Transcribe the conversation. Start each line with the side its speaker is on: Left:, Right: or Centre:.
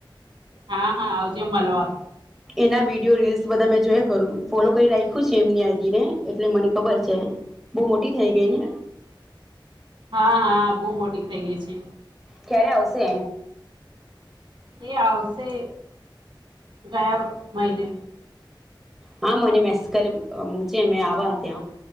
Right: હા હા આવજે મળલવા.
Centre: એના વિડીયો રીલ્સ બધા મે જોયા કરું ફોલો કરી રાખ્યું છે એમની આઈડીને એટલે મને ખબર છે બહુ મોટી થઈ ગઈ ને.
Right: હા હા બહુ મોટી થઇ ગઈ છે.
Centre: ક્યારે આવશે?
Right: એ આવશે ગયા મહિને.
Centre: હા મને મે સંમસ્કાર જે મેં આવા ત્યાં